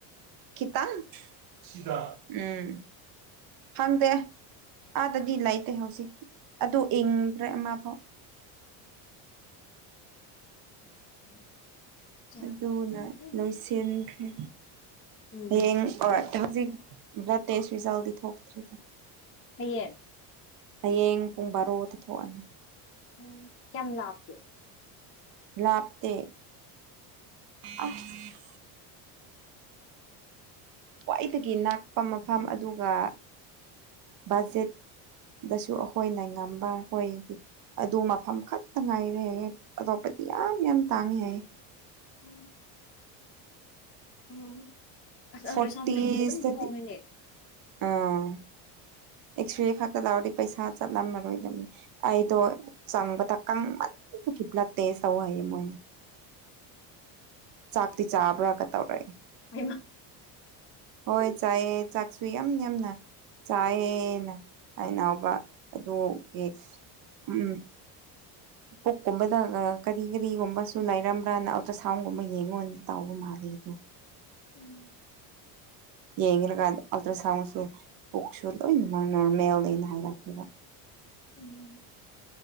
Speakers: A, on the right; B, on the left.
A: ꯈꯤꯇꯡ ꯁꯤꯔ ꯎꯝ ꯍꯪꯗꯦ ꯑꯥꯗꯗꯤ ꯂꯩꯇꯦ ꯍꯧꯖꯤꯛꯇꯤ ꯑꯗꯨ ꯏꯡꯗ꯭ꯔꯦ ꯑꯃ ꯐꯥꯎ
B: <inaudible> <inaudible> ꯆꯥꯛ
A: ꯑꯗꯨꯅ
B: ꯆꯥꯔꯦ
A: ꯂꯣꯏꯁꯤꯟꯈ꯭ꯔꯦ
B: ꯎꯝ
A: ꯍꯌꯦꯡ ꯑꯣꯏ ꯍꯧꯖꯤꯛ ꯕ꯭ꯂꯠ ꯇꯦꯁ ꯔꯤꯖꯥꯜꯗꯤ ꯊꯣꯛꯇ꯭ꯔꯤꯗ
B: ꯍꯩꯌꯦꯡ
A: ꯍꯌꯦꯡ ꯄꯨꯡ ꯕꯥꯔꯣꯗ ꯊꯣꯛꯑꯅꯤ
B: ꯎꯝ ꯀꯌꯥꯝ ꯂꯥꯞꯀꯦ
A: ꯂꯥꯞꯇꯦ ꯑꯥ <inaudible> ꯈ꯭ꯋꯥꯏꯗꯒꯤ ꯅꯛꯄ ꯃꯐꯝ ꯑꯗꯨꯒ ꯕꯖꯦꯠ ꯗꯁꯨ ꯑꯩꯈꯣꯏꯅ ꯉꯝꯕ ꯍꯣꯏꯒꯤ ꯑꯗꯨ ꯃꯐꯝ ꯈꯛꯇ ꯉꯥꯏꯔꯦ ꯑꯇꯣꯞꯄꯗꯤ ꯌꯥꯝ ꯌꯥꯝ ꯇꯥꯡꯉꯦ ꯍꯥꯏ
B: ꯎꯝ ꯎꯝ ꯑꯁ ꯑꯜꯇ꯭ꯔꯥꯁꯥꯎꯟ
A: ꯐꯣꯔꯇꯤꯁꯇꯗꯤ
B: ꯃꯗꯤ ꯑꯗꯨꯝ ꯐꯣꯟꯅꯦ <inaudible>
A: ꯑꯥ ꯑꯦꯛꯁꯔꯦ ꯈꯛꯇ ꯂꯥꯎꯔꯗꯤ ꯄꯩꯁꯥ ꯆꯠꯂꯝꯃꯔꯣꯏꯗꯕꯅꯤ ꯑꯩꯗꯣ ꯆꯪꯕꯗ ꯀꯪ ꯃꯟ ꯑꯗꯨ ꯈꯤꯇꯂꯦ ꯇꯦꯁ ꯇꯧ ꯍꯥꯏꯌꯦ ꯃꯣꯏꯅ ꯆꯥꯛꯇꯤ ꯆꯥꯕ꯭ꯔꯥ ꯀꯇꯧꯔꯦ
B: ꯍꯩꯃꯥ
A: ꯍꯣꯏ ꯆꯥꯏ ꯆꯥꯛꯁꯨ ꯌꯥꯝ ꯌꯥꯝꯅ ꯆꯥꯏꯌꯦꯅ ꯑꯩꯅ ꯍꯧꯕ ꯑꯗꯨꯒꯤ ꯎꯝ
B: <inaudible>
A: ꯄꯨꯛꯀꯨꯝꯕꯗ ꯀꯔꯤ ꯀꯔꯤꯒꯨꯝꯕꯁꯨ ꯂꯩꯔꯝꯕ꯭ꯔꯅ ꯑꯜꯇ꯭ꯔ ꯁꯥꯎꯟꯒꯨꯝꯕ ꯌꯦꯡꯉꯣ ꯇꯥꯎꯕ ꯃꯥꯜꯂꯦ ꯑꯗꯣ
B: ꯎꯝ
A: ꯌꯦꯡꯈ꯭ꯔꯀꯥꯟ ꯑꯜꯇ꯭ꯔ ꯁꯥꯎꯟꯁꯨ ꯄꯨꯛꯁꯨ ꯂꯣꯏꯅꯃꯛ ꯅꯣꯔꯃꯦꯜꯅ ꯍꯥꯏꯔꯛꯑꯦꯛꯕ
B: ꯎꯝ